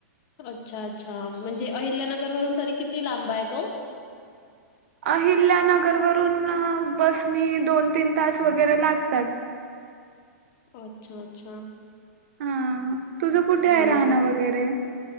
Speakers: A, on the left; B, on the right.
A: अच्छा! अच्छा! म्हणजे अहिल्यानगर वरून तरी किती लांब आहे तो?
B: अहिल्यानगरवरून बसनी दोन तीन तास वगैरे लागतात.
A: अच्छा! अच्छा!
B: हा
A: <inaudible>
B: तुझं कुठे
A: हम्म.
B: आहे राहणं वगैरे